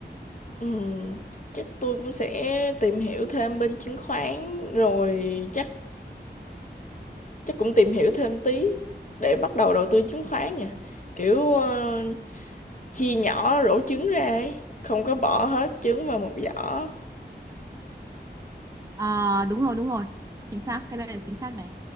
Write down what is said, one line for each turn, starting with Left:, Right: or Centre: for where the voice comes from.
Left: ừ chắc tôi cũng sẽ tìm hiểu thêm bên chứng khoán rồi chắc chắc cũng tìm hiểu thêm tí để bắt đầu đầu tư chứng khoán nha kiểu ờ, chia nhỏ rổ trứng ra ấy. không có bỏ hết trứng vào một giỏ
Right: à, đúng rồi đúng rồi chính xác cái này là chính xác này